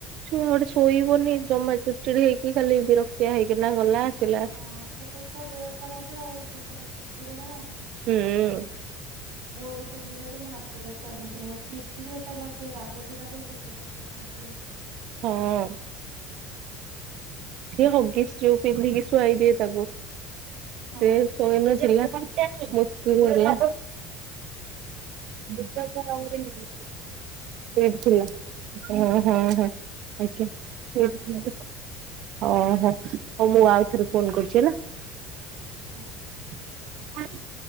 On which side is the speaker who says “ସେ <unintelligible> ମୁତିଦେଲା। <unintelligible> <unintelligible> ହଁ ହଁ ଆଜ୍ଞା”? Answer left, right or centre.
Right